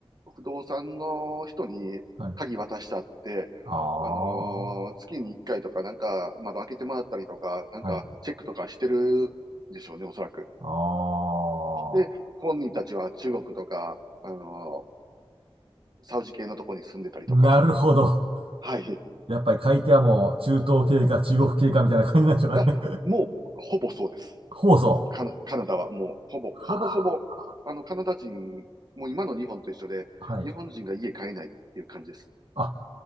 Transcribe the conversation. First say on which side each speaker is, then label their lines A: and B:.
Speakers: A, on the right; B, on the right.
A: 不動産の人に鍵渡したって、
B: はい。ああ、
A: あのー月に1回とかなんか窓開けてもらったりとか、
B: は
A: なんかチェックとかしてるでしょうね、
B: い。
A: おそらく。
B: あ
A: で、本人たちは中国とか、あのーサウジ系のとこに住んでたりとか。
B: あ、なるほど。
A: はい。
B: やっぱり買い手はもう、中東系か中国系かみたいな感じなんでしょうかね。
A: あ、もう、ほぼそうです。
B: <laughs> 放送。
A: カナ、カナダはもう、ほぼ、ほぼほぼ、
B: は
A: あの、カナダ人、もう今の日本と一緒で、
B: あ、はい。
A: 日本人が家買えないっていう感じです。
B: あ、